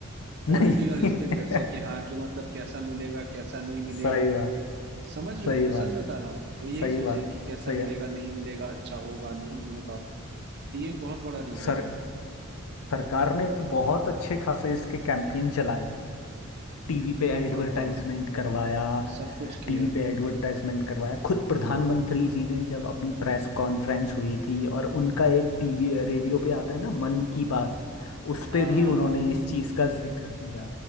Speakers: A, on the right (about 50°); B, on the left (about 85°).
A: क्वालिटी
B: नहीं
A: और इसके
B: <laughs>
A: डर से कि हाँ कि मतलब कैसा मिलेगा कैसा नहीं मिलेगा
B: सही बात
A: समझ रहे
B: सही
A: हो मैं
B: बात
A: सच बता रहा हूँ वो यही
B: सही
A: सोचेंगे
B: बात
A: कि कैसा
B: सही
A: मिलेगा
B: है।
A: नहीं मिलेगा अच्छा होगा नहीं होगा तो ये एक बहुत बड़ा रीजन
B: सर
A: है
B: सरकार ने बहुत अच्छे खासे इसके कैंपेन चलाए टीवी पे एडवर्टाइजमेंट
A: बहुत बहुत
B: करवाया
A: सब कुछ किया
B: टीवी पे एडवर्टाइजमेंट करवाया खुद प्रधानमंत्री जी ने जब अपनी प्रेस कॉन्फ्रेंस हुई थी और उनका एक टीवी रेडियो पे आता है ना मन की बात उस
A: हाँ
B: पे भी
A: हाँ
B: उन्होंने इस चीज़ का जिक्र किया